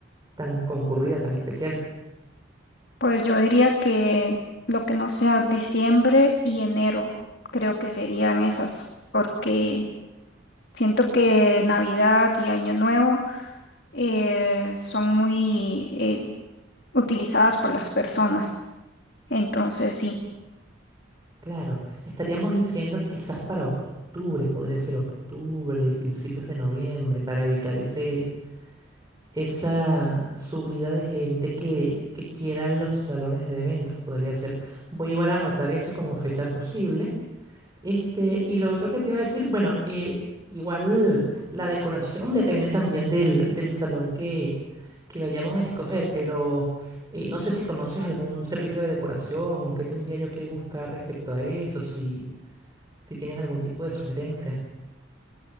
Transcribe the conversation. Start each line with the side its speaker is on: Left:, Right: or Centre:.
Right: tan concurrida, tan especial?
Left: Pues yo diría que lo que no sea diciembre y enero, creo que serían esas, porque... Siento que Navidad y Año Nuevo eh, son muy eh, utilizadas por las personas. Entonces, sí.
Right: Claro, estaríamos diciendo quizás para octubre, podría ser octubre, principios de noviembre, para evitar ese, esa subida de gente que, que quiera los salones de eventos, podría ser. Voy igual a anotar eso como fecha posible. Este, y lo otro que te iba a decir, bueno, eh, igual la decoración depende también del, del salón que, que vayamos a escoger, pero eh, no sé si conoces algún servicio de decoración o qué tendría yo que buscar respecto a eso, si si tienes algún tipo de sugerencia.